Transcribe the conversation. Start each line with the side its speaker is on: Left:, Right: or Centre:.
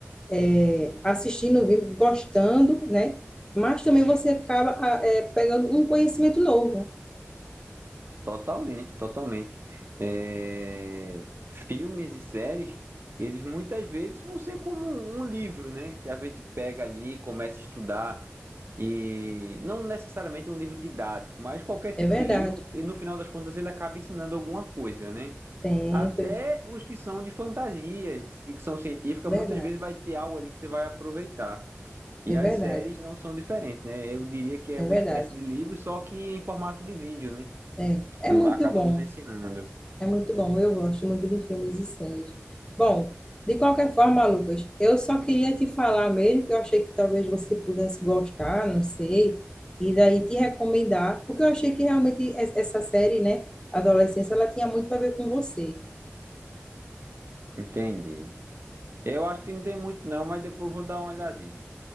Left: É, assistindo o vídeo, gostando, né? Mas também você acaba ah, é, pegando um conhecimento novo, né?
Right: Totalmente, totalmente. É, Filmes e séries, eles muitas vezes vão ser como um livro, né? Que a gente pega ali, começa a estudar, e não necessariamente um livro didático, mas qualquer tipo
Left: É verdade.
Right: de livro, e no final das contas ele acaba ensinando alguma coisa, né?
Left: Sempre.
Right: Até os que são de fantasias, ficção científica,
Left: É Verdade.
Right: muitas vezes vai ter algo ali que você vai aproveitar. E
Left: É
Right: as
Left: verdade.
Right: séries não são diferentes, né? Eu diria que é
Left: É
Right: uma
Left: verdade.
Right: espécie de livro, só que em formato de vídeo, né?
Left: É. É muito
Right: Acaba
Left: bom.
Right: nos ensinando.
Left: É muito bom. Eu gosto muito de filmes e séries. Bom, de qualquer forma, Lucas, eu só queria te falar mesmo que eu achei que talvez você pudesse gostar, não sei, e daí te recomendar, porque eu achei que realmente e- essa série, né, Adolescência, ela tinha muito a ver com você.
Right: Entendi. Eu acho que não tem muito não, mas depois eu vou dar uma olhadinha.